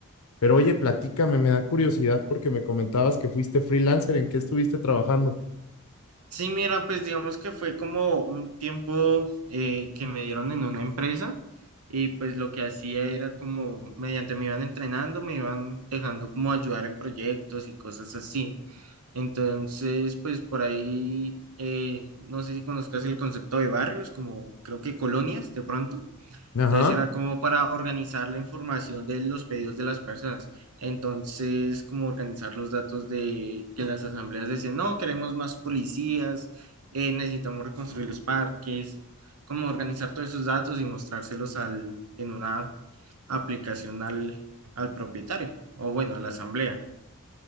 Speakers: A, on the left (about 80°); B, on the right (about 80°).
A: Pero oye, platícame, me da curiosidad porque me comentabas que fuiste freelancer, ¿en qué estuviste trabajando?
B: Sí, mira, pues digamos que fue como un tiempo eh, que me dieron en una empresa y pues lo que hacía era como mediante me iban entrenando, me iban dejando como ayudar en proyectos y cosas así. Entonces, pues por ahí, eh, no sé si conozcas el concepto de barrios, como creo que colonias de pronto.
A: Ajá.
B: Entonces era como para organizar la información de los pedidos de las personas. Entonces, como organizar los datos de que en las asambleas decían, no, queremos más policías, eh, necesitamos reconstruir los parques, como organizar todos esos datos y mostrárselos al, en una aplicación al, al propietario o bueno, a la asamblea.